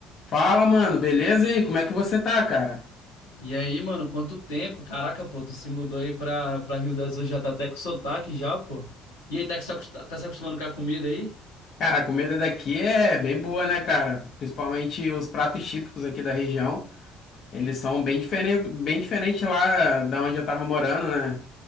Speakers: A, on the left (about 50°); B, on the left (about 85°).
A: Fala, mano, beleza? E aí, como é que você tá, cara?
B: E aí, mano, quanto tempo? Caraca, pô, tu se mudou aí pra, pra Rio das Ostras, já tá até com sotaque já, pô. E aí, tá, se acost- tá se acostumando com a comida aí?
A: Cara, a comida daqui é bem boa, né, cara? Principalmente os pratos típicos aqui da região. Eles são bem diferentes, bem diferentes lá da onde eu tava morando, né?